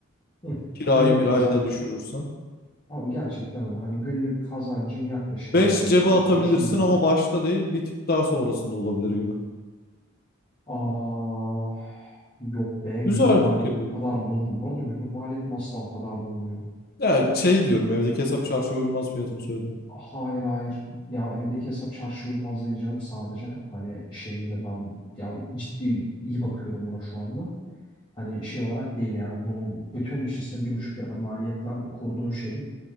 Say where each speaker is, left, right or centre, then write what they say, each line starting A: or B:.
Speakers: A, on the left (about 20°); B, on the left (about 50°).
A: hı,
B: Kirayı
A: günlük
B: mirayı
A: kazancın
B: da düşürürsen.
A: abi gerçekten öyle hani günlük kazancın yaklaşık
B: 5
A: hani bir
B: cebe
A: 15-20
B: atabilirsin ama
A: bin.
B: başta değil bir tık daha sonrasında olabilir gibi.
A: Aa, yok be günlük
B: Güzel
A: maliyet
B: bir fikir gibi.
A: o kadar bul bu arada günlük maliyet nasıl o kadar bulmuyor.
B: Ya şey diyorum evdeki hesap çarşıya uymaz fiyatını söyledim.
A: Hayır hayır. Ya evdeki hesap çarşı uymaz diyeceğim sadece. Hani şeyinde ben ya ciddi iyi bakıyorum buna şu anda. Hani şey olarak değil yani bunun bütün bu sistemin bir buçuk lira maliyetle kurduğun şeyin